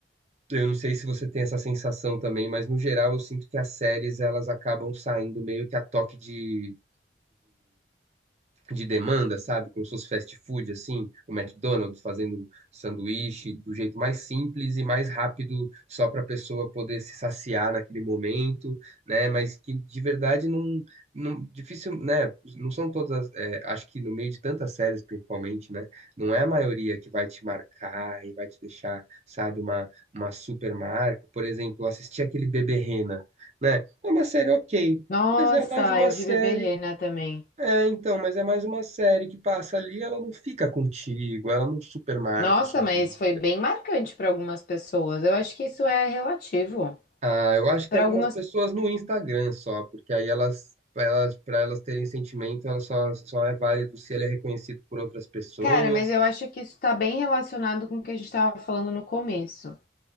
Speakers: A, on the right; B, on the left.
A: eu não sei se você tem essa sensação também, mas no geral eu sinto que as séries, elas acabam saindo meio que a toque de, de demanda, sabe? Como se fosse fast food, assim, o McDonald's fazendo sanduíche do jeito mais simples e mais rápido, só para a pessoa poder se saciar naquele momento, né? Mas que de verdade não, não difícil, né? Não são todas, as- é, acho que no meio de tantas séries, principalmente, né? Não é a maioria que vai te marcar e vai te deixar, sabe, uma, uma super marca. Por exemplo, eu assisti aquele Bebê Rena, né? É uma série ok.
B: Nossa,
A: Mas é mais uma
B: eu
A: série
B: vi Bebê Rena também.
A: é, então, mas é mais uma série que passa ali, ela não fica contigo, ela não supermarca
B: Nossa,
A: a sua
B: mas
A: vida.
B: foi bem marcante pra algumas pessoas. Eu acho que isso é relativo.
A: Ah, eu acho
B: Pra
A: que algumas
B: algumas,
A: pessoas no Instagram só, porque aí elas, pra elas, para elas terem sentimento, ela só, só é válido se ele é reconhecido por outras pessoas.
B: cara, mas eu acho que isso tá bem relacionado com o que a gente tava falando no começo.